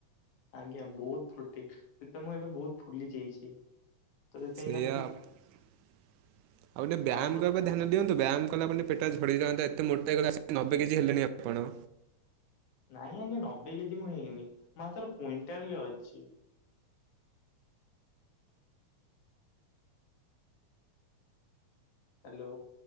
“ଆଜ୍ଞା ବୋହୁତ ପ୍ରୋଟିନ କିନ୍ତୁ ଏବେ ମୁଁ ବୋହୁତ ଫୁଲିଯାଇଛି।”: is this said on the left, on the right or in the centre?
Left